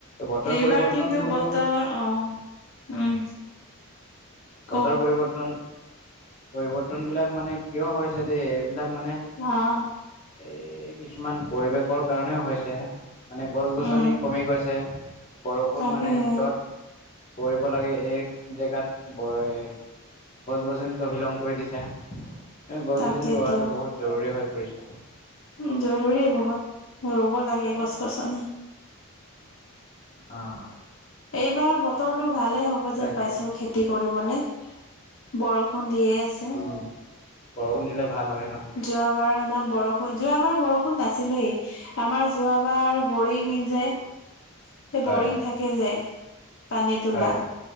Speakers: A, on the left; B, on the left.
A: বতৰ
B: এইবাৰ
A: পৰিৱৰ্তনবোৰো
B: কিন্তু বতৰ, অঁ উম। কওক
A: বতৰ পৰিৱৰ্তন, পৰিৱৰ্তন বিলাক মানে কিয় হৈছে দেই এইবিলাক মানে
B: অঁ।
A: এই কিছুমান পৰিৱেশৰ কাৰণেও হৈছে। মানে গছ গছনি
B: উম,
A: কমি গৈছে, বৰষূণ
B: তাকেহে
A: মানে যত পৰিব লাগে এই জেগাত বয় গছ গছনি তহিলং কৰি দিছে, এ গছ
B: তাকেতো
A: গছনি ৰুৱাটো বহুত জৰুৰী হৈ পৰিছে।
B: উ জৰুৰী বহুত ৰুব লাগে গছ গছনি।
A: অ অ।
B: এইবাৰ বতৰটো ভালেই হ'ব যেন
A: তাকে
B: পাইছো খেতি কৰিবলে। বৰষুণ দিয়ে আছে।
A: উম। বৰষুণ দিলে ভাল হয় ন?
B: যোৱাবাৰ ইমান বৰষ যোৱাবাৰ বৰষুণ নাছিলেই আমাৰ যোৱাবাৰ বৰিং। যে হে
A: হয়
B: বৰিং থাকে যে পানী তোলা।
A: হয়